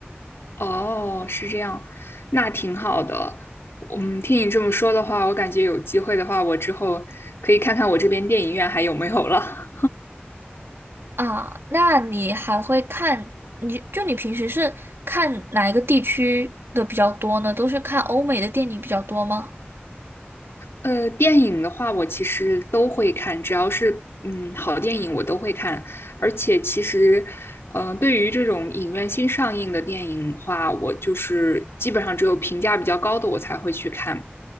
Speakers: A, on the left; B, on the right.
A: 哦，是这样，那挺好的。嗯，听你这么说的话，我感觉有机会的话，我之后可以看看我这边电影院还有没有了。
B: 啊。那你还会看，你就你平时是看哪一个地区的比较多呢？都是看欧美的电影比较多吗？
A: 呃，电影的话，我其实都会看，只要是嗯好电影我都会看。而且其实，嗯呃，对于这种影院新上映的电影的话，我就是基本上只有评价比较高的我才会去看。